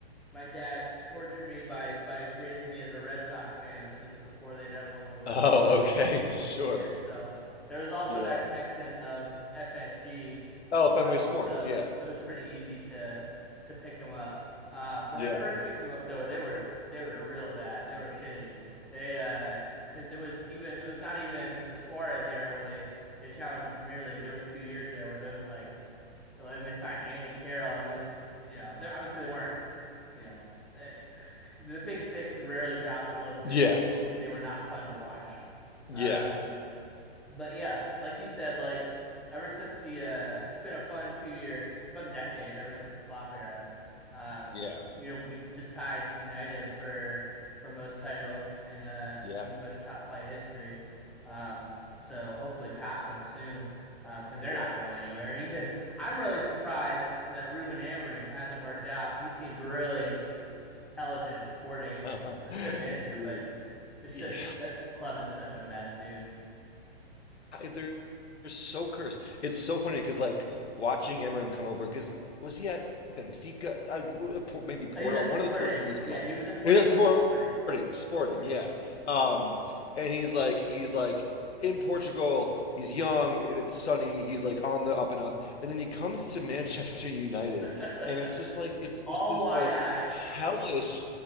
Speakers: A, in the centre; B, on the left.
A: my dad tortured me by by raising me as a Red Sox fan, and this was before they'd ever won the World
B: Oh,
A: Series
B: okay,
A: maybe
B: <laughs> sure.
A: six years. So there was also
B: Yeah.
A: that connection of FSG.
B: Oh,
A: Um,
B: Fenway Sports.
A: so
B: Yeah.
A: it was pretty easy to to pick them up. Um, when
B: Yeah.
A: I first picked them up, though, they were they were real bad. They were shitty. They uh, because it was even it was not even the Suarez era where they they challenged the Premier League. There was two years there where there was like and they signed Andy Carroll, and it was you know they obviously they weren't you know. eh, <sighs> the Big Six rarely drops below the mid
B: Yeah.
A: table, but they were not fun to watch.
B: Yeah.
A: Um, but yeah, like you said, like ever since the uh it's been a fun few years, fun decade ever since the Klopp era. Um,
B: Yeah.
A: you know, we just tied United for for most titles in uh
B: Yeah.
A: English top flight history. Um, so hopefully pass them soon. Um, because they're
B: Yeah.
A: not going anywhere. Even I'm really surprised that Ruben Amorim hasn't worked out. He seemed really intelligent at Sporting,
B: <sighs>
A: a good manager,
B: Dude.
A: but it's
B: Yeah.
A: just that club is such a mess, dude.
B: they're, they're so cursed. It's so funny because like watching Amarim come over because was he at Benfica? I, w- uh, Por- maybe Porto,
A: Oh, He was at
B: one
A: Sporting.
B: of the Portuguese clubs.
A: Yeah, he was in Portugal
B: Yeah, Sporting,
A: at Sporting.
B: Sporting, yeah. Um, and he's like, he's like in Portugal. He's young. It's sunny. He's like on the up and up. And then he comes to <laughs> Manchester United,
A: <laughs>
B: and it's just like it's just
A: All
B: this
A: wide
B: like
A: eyed.
B: hellish,